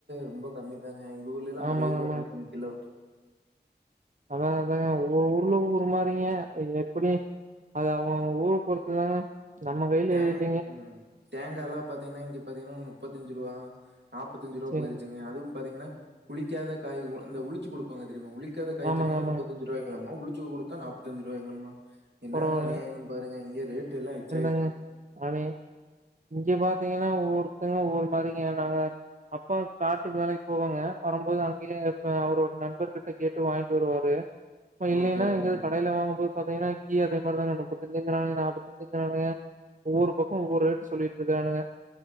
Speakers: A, on the right; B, on the right.
A: ரொம்ப கம்மி தாங்க எங்க ஊர்லல்லா
B: ஆமாங்க,
A: அறுவது ரூபா
B: ஆமாங்க.
A: போய்ருக்குங்க கிலோ
B: அதா அதாங்க ஒவ்வொரு ஊர்ல ஒவ்வொரு மாரிங்க இங்க இப்டி அது அவுங்க அவுங்க ஊர பொறுத்துதாங்க நம்ம கையில
A: தேங்
B: எதுவு இல்லிங்க
A: ம் தேங்கால்லா பாத்தீங்கன்னா இங்க பாத்தீங்கன்னா முப்பத்தஞ்சு ரூவா நாப்பத்தஞ்சு ரூவா
B: சரி
A: போய்ருச்சுங்க அதுவு பாத்தீங்கன்னா உளிக்காத காய் ஒ அந்த உளிச்சு குடுப்பாங்க தெரியுமா உழிக்காத காய்
B: ஆமாங்க
A: பத்திங்கனா
B: ஆமாங்க
A: முப்பத்தஞ்சு ரூவாங்களமா உளிச்சு குடுத்தா நாப்பத்தஞ்சு ரூவாங்களமா என்ன
B: பரவால்ல
A: அநியாயன்னு பாருங்க இங்க ரேட் எல்லா ச்சை
B: ஏங்க <unintelligible> இங்க பாத்தீங்கன்னா ஒவ்வொருத்தவங்களு ஒவ்வொரு மாரிங்க நாங்க அப்பா காட்டுக்கு வேலைக்கு போவாங்க வரபோது அங்கேயே இப்ப அவரோட நண்பர்க கிட்டகேட்டு வாங்கிட்டு வருவாரு அப்பா இல்லெனா
A: ஓகே, ஓகேங்க.
B: இங்கேது கடையில வாங்குபோது பாத்தீங்கன்னா இங்கியு அதே மாரிதாங்க முப்பத்தஞ்சிங்கிறாங்க நாப்பத்ஞ்சிங்கிறாங்க ஒவ்வொரு பக்க ஒவ்வொரு ரேட்டு சொல்லிட்ருக்கானுங்க